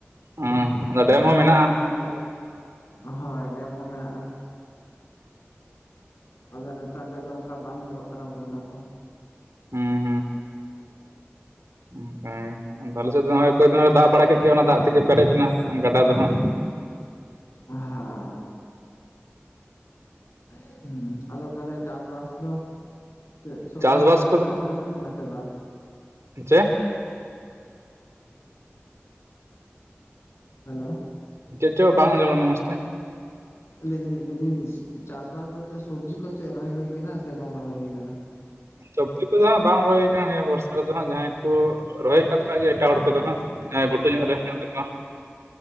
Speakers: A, on the right; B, on the left.
A: ᱚᱸ ᱚᱱᱟ ᱰᱮᱢ ᱦᱚᱸ ᱢᱮᱱᱟᱜᱼᱟ
B: ᱟᱫᱚ ᱦᱚᱭ ᱰᱮᱢ ᱦᱚᱸ ᱢᱮᱱᱟᱜᱼᱟ ᱟᱫᱚ ᱱᱮᱛᱟᱨ ᱨᱮᱭᱟᱜ ᱫᱚ ᱚᱱᱠᱟ ᱵᱟᱝ ᱧᱮᱞᱚᱜ ᱠᱟᱱᱟ ᱵᱚᱱᱱᱟ ᱠᱚ
A: ᱦᱩᱸ ᱦᱩᱸ ᱦᱮᱸ ᱟᱠᱮ ᱥᱮᱫ ᱫᱚᱦᱟᱸᱜ ᱦᱚᱸᱜ- ᱚᱭ ᱠᱚᱭ ᱫᱟᱜ ᱵᱟᱲᱟ ᱠᱮᱫ ᱜᱮᱭᱟ ᱚᱱᱟ ᱫᱟᱜ ᱛᱮᱜᱮ ᱯᱮᱨᱮᱡ ᱞᱮᱱᱟ ᱜᱟᱰᱟ ᱫᱚ ᱦᱟᱸᱜ
B: ᱟᱦᱟᱣ ᱟᱹᱭ ᱟᱫᱚ ᱛᱟᱦᱞᱮ ᱪᱟᱥ-ᱵᱟᱥ ᱫᱚ ᱪᱮᱫ ᱥᱚᱵᱽᱡᱤ
A: ᱪᱟᱥᱵᱟᱥ
B: ᱠᱚ ᱡᱟᱦᱟᱱᱟᱜ ᱨᱚᱦᱚᱭ ᱦᱩᱭ ᱠᱟᱱᱟ ᱥᱮ ᱵᱟᱝ
A: ᱪᱮᱫ
B: ᱦᱟᱞᱚ
A: ᱪᱮᱫ ᱪᱚ ᱵᱟᱝ ᱟᱸᱡᱚᱢ ᱞᱮᱱᱟ ᱢᱚᱡᱽ ᱛᱮ
B: ᱞᱟᱹᱭᱮᱫᱟᱹᱧ ᱞᱟᱹᱭᱮᱫᱟᱹᱧ ᱪᱟᱥ-ᱵᱟᱥ ᱵᱚᱞᱛᱮ ᱥᱚᱵᱽᱡᱤ ᱠᱚ ᱪᱮᱫ ᱨᱚᱦᱚᱭ ᱦᱩᱭ ᱟᱠᱟᱱᱟ ᱥᱮ ᱵᱟᱝ ᱨᱚᱦᱚᱭ ᱦᱩᱭ ᱟᱠᱟᱱᱟ
A: ᱥᱚᱵᱽᱡᱤ ᱠᱚᱫᱚ ᱦᱟᱸᱜ ᱵᱟᱝ ᱨᱚᱦᱚᱭ ᱠᱟᱱᱟ ᱱᱤᱭᱟᱹ ᱵᱚᱨᱥᱟ ᱨᱮᱫᱚ ᱦᱟᱸᱜ ᱡᱟᱦᱟᱸᱭ ᱠᱚ ᱨᱚᱦᱚᱭᱟᱠᱟᱫ ᱜᱮᱭᱟ ᱮᱴᱟᱜ ᱦᱚᱲ ᱠᱚᱫᱚ ᱦᱟᱸᱜ ᱦᱮᱸ ᱜᱷᱩᱴᱩ ᱧᱚᱜ ᱨᱮ ᱦᱮᱱᱟᱜ ᱛᱟᱯᱟ